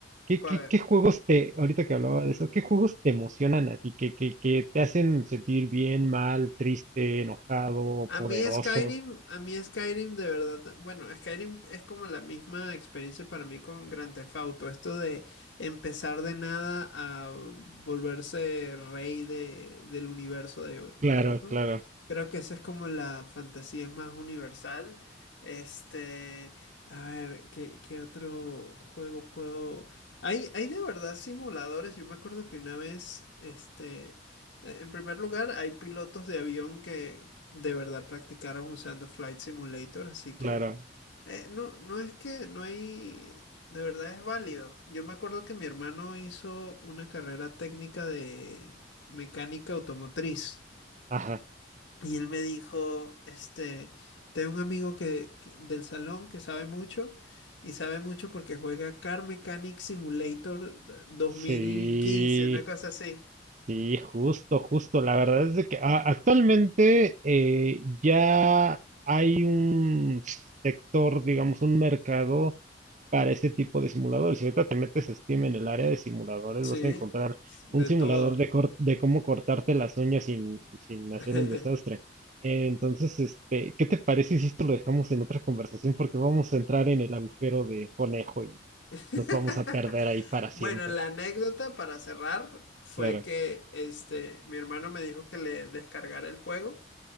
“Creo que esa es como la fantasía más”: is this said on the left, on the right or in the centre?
Left